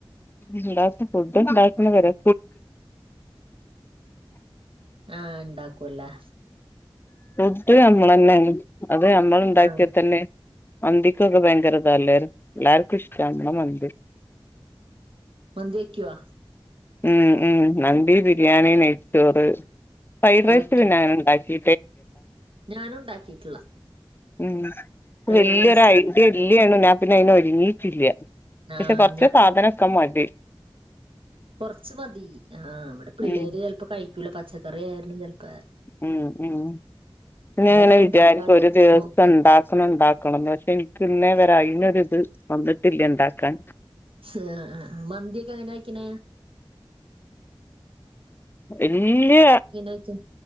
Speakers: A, on the left; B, on the right.
A: ഉണ്ടാക്ക ഫുഡ് ഉണ്ടാക്കുന്ന വരാ
B: ആഹ് ഉണ്ടാക്കൂല്ലേ
A: <inaudible> നമ്മൾ തന്നെ അത് നമ്മൾ ഉണ്ടാക്കിയ
B: ആഹ്
A: തന്നെ മന്തിക്കൊക്കെ ഭയങ്കരതല്ലേ എല്ലാർക്കു ഇഷ്ടണ് മന്തി
B: മന്തി വേക്കുവോ
A: ഉം ഉം മന്തി ബിരിയാണി നെയ്ച്ചോറ് ഫ്രൈഡ്
B: ഒക്കെ
A: റൈസ്
B: വെക്കും
A: പിന്നെ അങ്ങനെ ഉണ്ടാക്കി
B: ഞാനും ഉണ്ടാക്കിയിട്ടില്ല.
A: ഉം
B: ഫ്രൈഡ്
A: വലിയിരു
B: റൈസ്
A: ഐഡിയ ഇല്ലയാണ് ഞ പിന്നെ അതിന ഒരുങ്ങിട്ടില്ല
B: ആഹ്
A: പക്ഷെ കൊറച്ച് സാധനഓക്ക മതി
B: കൊറച്ച മതി ആ് ഇവിടെ പിള്ളേര്
A: ഉം
B: ചിലപ്പോ കഴിക്കൂല പച്ചക്കറ ആായിരുന്നു ചെപ്പോ
A: ഉ ഉ പിന്ന
B: അത്
A: ഇങ്ങനെ
B: കാരണം
A: വിചാരിക്കും
B: ഇണ്ടാക്കാൻ
A: ഒരു ദിവസം
B: നോക്കല്.
A: ഉണ്ടാക്കണംണ്ടാക്ക ക്കണന്ന പക്ഷെ എനിക്ക് ഇന്നെ വരെ അതിനൊ ഇത് വന്നിട്ടില്ല ഉണ്ടാക്കാൻ
B: ആ മന്തിക്കെ എങ്ങനെ വക്കണ
A: വല്യ
B: വെക്ക